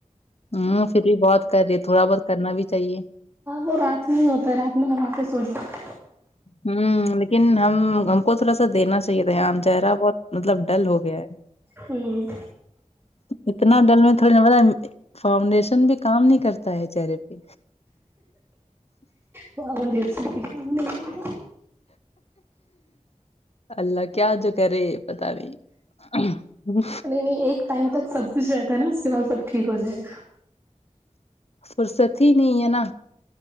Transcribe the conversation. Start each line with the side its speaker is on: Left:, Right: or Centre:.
Left: ہوں فر بھی بہت کررہی تھوڑا بہت کرنا بھی چاہیے
Right: وہ رات میں ہی ہوتا ہے رات میں لگا کے سوجاؤ
Left: ہمم لیکن ہم ہم کو تھوڑا سا دینا چاہئے تھا یہ ہم چہرہ بہت مطلب ڈل ہو گیا ہے
Right: ہمم
Left: اتنا ڈل میں تھوڑی نہ فاؤنڈیشن بھی کام نہیں کرتے تا ہے چہرے پے
Right: فاؤنڈیسن بھی کام نہیں کرتا
Left: اللہ کیاجوکرہے پتہ نہیں
Right: نہیں نہیں ایک ٹائم تک سب کچھ رہتا ہے نہ اس کے بعد سب ٹھیک ہو جائے گا
Left: فرصت ہی نہیں ہے نہ